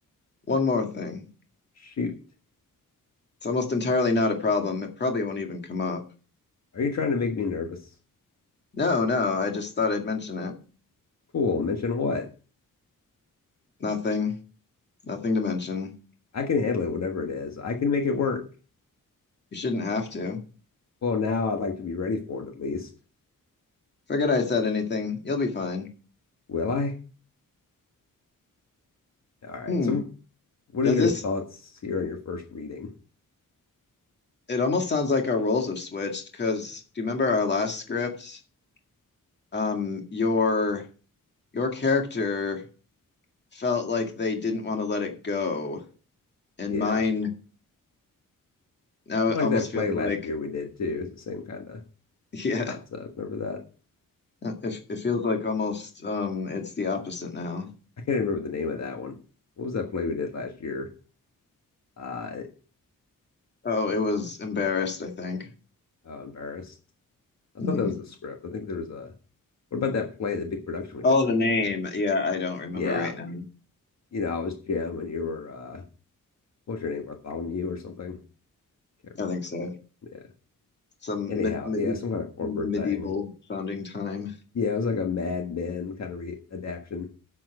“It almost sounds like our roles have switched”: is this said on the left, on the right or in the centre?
Left